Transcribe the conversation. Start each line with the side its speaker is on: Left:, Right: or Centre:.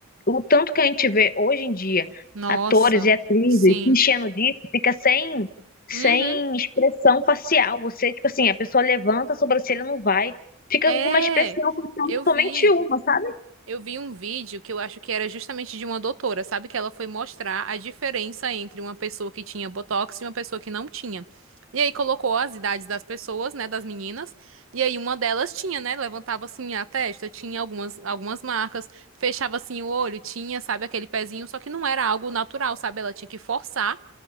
Left: o tanto que a gente vê hoje em dia,
Right: Nossa,
Left: atores e atrizes
Right: sim.
Left: se enchendo disso, fica sem, sem
Right: Uhum.
Left: expressão facial. Você, tipo assim, a pessoa levanta a sobrancelha, não vai. Fica
Right: É,
Left: com uma expressão facial,
Right: eu
Left: somente
Right: vi,
Left: uma, sabe?
Right: eu vi um vídeo que eu acho que era justamente de uma doutora, sabe? Que ela foi mostrar a diferença entre uma pessoa que tinha botox e uma pessoa que não tinha. E aí colocou as idades das pessoas, né, das meninas, e aí uma delas tinha, né, levantava assim a testa, tinha algumas algumas marcas, fechava assim o olho, tinha, sabe, aquele pezinho, só que não era algo natural, sabe? Ela tinha que forçar